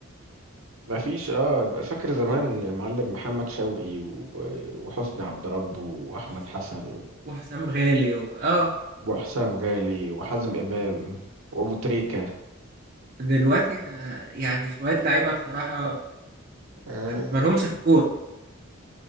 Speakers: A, on the right; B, on the right.
A: ما فيش اه فاكر زمان يا معلم محمد شوقي و- وحسني عبد رب واحمد
B: وح-
A: حسن
B: وحسام غالي و... اه
A: وحسام غالي وحازم امام وابو تريكة
B: دلوقتي آه، يعني شوية لعيبة بصراحة
A: آه.
B: مال- مالهمش في الكورة